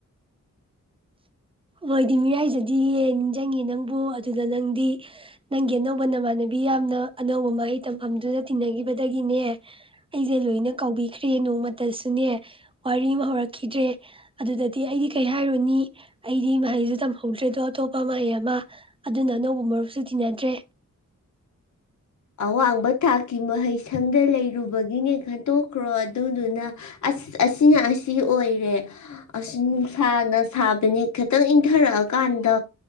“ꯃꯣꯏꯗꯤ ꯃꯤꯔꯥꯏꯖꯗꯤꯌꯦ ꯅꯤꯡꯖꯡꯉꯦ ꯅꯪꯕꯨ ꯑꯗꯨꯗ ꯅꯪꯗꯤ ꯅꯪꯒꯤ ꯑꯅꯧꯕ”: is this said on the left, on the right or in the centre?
Right